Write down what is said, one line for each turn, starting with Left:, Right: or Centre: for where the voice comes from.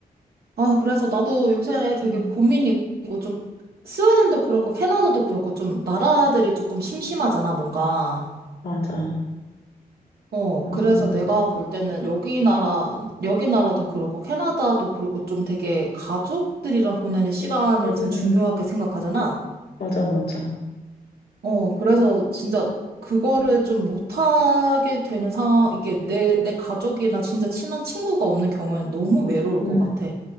Right: 아, 그래서 나도 요새 되게
Left: 음,
Right: 고민이고 좀 스웨덴도 그렇고 캐나다도 그렇고 좀 나라들이 조금 심심하잖아, 뭔가.
Left: 맞아.
Right: 어,
Left: 맞아,
Right: 그래서
Left: 맞아.
Right: 내가 볼 때는 여기 나라, 여기 나라도 그렇고 캐나다도 그렇고 좀 되게 가족들이랑 보내는 시간을
Left: 음,
Right: 참 중요하게 생각하잖아.
Left: 맞아, 맞아.
Right: 어, 그래서 진짜 그거를 좀 못하게 되는 상황, 이게 내, 내 가족이나 진짜 친한 친구가 없는 경우에는 너무 외로울
Left: 음,
Right: 것 같아.